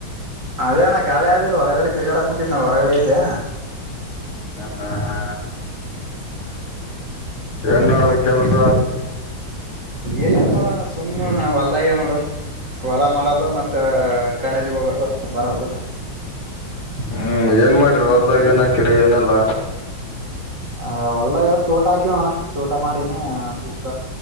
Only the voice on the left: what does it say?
ಹ ಹಾ ಏನ್ ಮಾಡಡದ ಕೆಲ್ಸ
ಹ್ಮ್ ಏನ್ ಮಾಡಿರು ಅಲ್ಲ ಏನ್ ಹಾಕಿರಿ ಏನೆಲ್ಲ